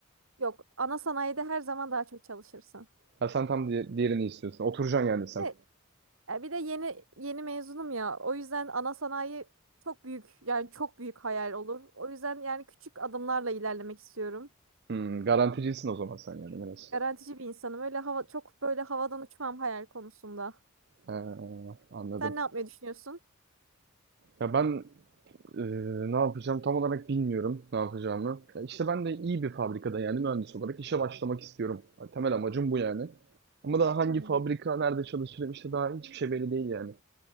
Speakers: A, on the right; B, on the right.
A: Yok, ana sanayide her zaman daha çok çalışırsın.
B: Ha, sen tam di- diğerini istiyorsun. Oturacaksın yani sen.
A: Ve, e, bir de yeni yeni mezunum ya. O yüzden ana sanayi çok büyük yani çok büyük hayal olur. O yüzden yani küçük adımlarla ilerlemek istiyorum.
B: Hmm, garanticisin o zaman sen yani biraz.
A: Garantici bir insanım. Öyle hava çok böyle havadan uçmam hayal konusunda.
B: Ee, anladım.
A: Sen ne yapmayı düşünüyorsun?
B: Ya ben e, ne yapacağım tam olarak bilmiyorum ne yapacağımı. Ya işte ben de iyi bir fabrikada yani mühendis olarak işe başlamak istiyorum. Ya Temel amacım bu yani. Ama daha hangi
A: Hmm.
B: fabrika, nerede çalışırım işte daha hiçbir şey belli değil yani.